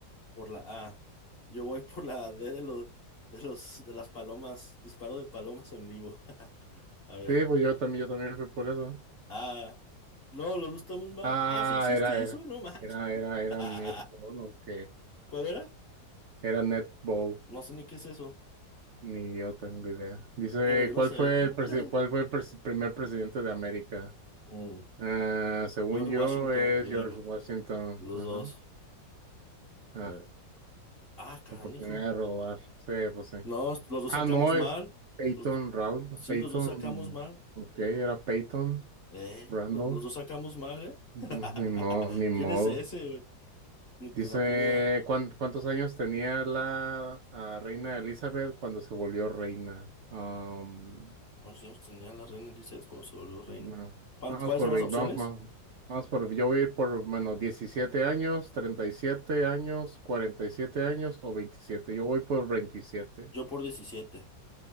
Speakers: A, on the left; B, on the right.
A: por la A. Yo voy por la D de los, de los, de las palomas, disparo de palomas en vivo. <laughs> A ver.
B: Sí, pues yo también, yo también fui por eso.
A: Ah. No, los dos estamos mal.
B: Ah,
A: Ah, sí existe
B: era,
A: eso,
B: era,
A: no manches.
B: era, era, era
A: <laughs>
B: netball, ok.
A: ¿Cuál era?
B: Era netball,
A: No sé ni qué es eso,
B: ni yo tengo idea. Dice,
A: pero yo no
B: ¿cuál
A: sé.
B: fue
A: <laughs>
B: el, presi- cuál fue el presi- primer presidente de América?
A: Mm,
B: Ah, según
A: George
B: yo,
A: Washington,
B: es
A: yo
B: George
A: digo.
B: Washington.
A: Los
B: Ajá.
A: dos.
B: Ah,
A: A ver. Ah, canijo.
B: oportunidad de robar. Sí, pues sí.
A: No, los dos
B: Ah,
A: sacamos
B: no,
A: mal.
B: es Peyton
A: Los-
B: Round.
A: sí,
B: Peyton,
A: los dos sacamos mal.
B: ok, era Peyton
A: ¿Eh?
B: Randall.
A: Lo- Los dos sacamos mal,
B: Mm,
A: ¿eh? <laughs>
B: Ni modo, ni modo.
A: ¿Quién es ese, güey? Ni te-
B: Dice,
A: No tenía.
B: ¿cuán- ¿cuántos años tenía la ah, reina Elizabeth cuando se volvió reina? Am,
A: ¿Cuántos años tenía la reina Elizabeth cuando se volvió reina?
B: no.
A: ¿Cuánt-
B: Vamos
A: ¿Cuáles
B: por
A: son las
B: 20,
A: opciones?
B: vamos, vamos, vamos por, yo voy a ir por, bueno, 17 años, 37 años, 47 años o 27. Yo voy por 27.
A: Yo por diecisiete,